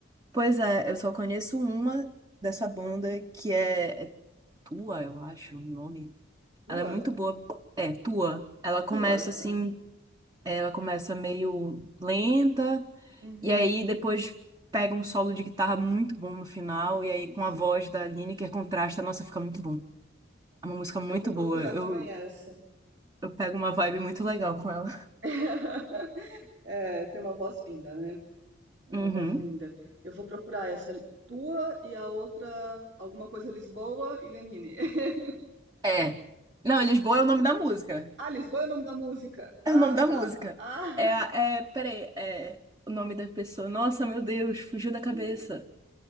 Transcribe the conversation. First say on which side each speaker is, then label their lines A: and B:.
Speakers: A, on the right; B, on the right.
A: Pois é, eu só conheço uma dessa banda que é, é Tua, eu acho, o nome.
B: Lua?
A: Ela é muito boa. É, Tua. Ela começa
B: Tua?
A: assim.
B: Ah,
A: Ela começa meio lenta,
B: uhum.
A: e aí depois pega um solo de guitarra muito bom no final,
B: Ai, que
A: e aí
B: delícia.
A: com a voz da Lineker contrasta, nossa, fica muito bom. É uma música muito
B: Eu vou procurar
A: boa. Eu,
B: também essa.
A: eu pego uma vibe muito legal com ela.
B: <laughs> É, tem uma voz linda, né? É
A: Uhum.
B: uma voz linda. Eu vou procurar essa tua e a outra, alguma coisa Lisboa e Lenine. <laughs>
A: É. Não, Lisboa é o nome da música.
B: Ah, Lisboa é o nome da música. Ah,
A: É o nome da
B: tá.
A: música.
B: Ah,
A: É, a- é, peraí, é o nome da pessoa. Nossa, meu Deus, fugiu da cabeça.
B: <laughs>